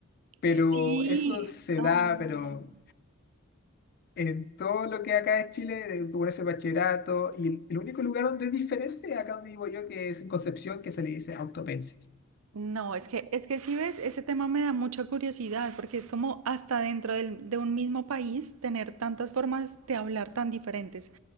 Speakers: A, on the left; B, on the right.
A: Pero
B: Sí,
A: eso se
B: ay,
A: da, pero
B: no.
A: en todo lo que acá es Chile, de- tú pones el bachillerato, y el el único lugar donde es diferente, acá donde vivo yo, que es en Concepción, que se le dice autopencil.
B: No, es que, es que si ves, ese tema me da mucha curiosidad, porque es como hasta dentro del- de un mismo país tener tantas formas de hablar tan diferentes.